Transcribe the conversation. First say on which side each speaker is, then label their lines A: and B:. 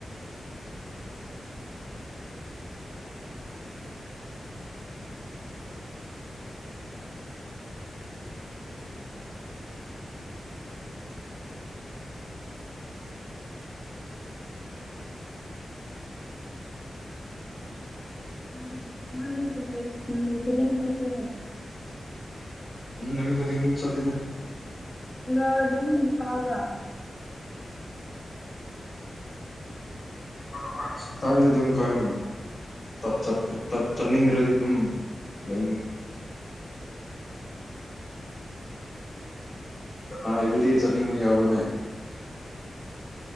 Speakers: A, on the left (about 15°); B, on the left (about 40°).
A: ꯎꯝ ꯅꯝꯃꯤ ꯀꯂꯁ ꯍꯔꯤ ꯇꯗꯅꯦ
B: ꯎꯝꯃꯤ ꯀꯔꯤꯡ ꯆꯤꯗꯦ
A: ꯑꯗꯨꯝ ꯀꯥꯕ꯭ꯔ
B: ꯍ ꯇꯥꯏꯃꯤꯗꯤ ꯑꯗꯨꯃꯤ ꯀꯣꯏ ꯍꯣꯏ ꯇꯠ ꯆꯠꯅꯤꯡꯗ꯭ꯔꯗꯤ ꯑꯗꯨꯝ ꯂꯩꯅꯤ ꯀꯅꯥ ꯑꯩꯕꯨꯗꯤ ꯆꯠꯅꯤꯡꯕ ꯌꯥꯎꯕꯅꯦ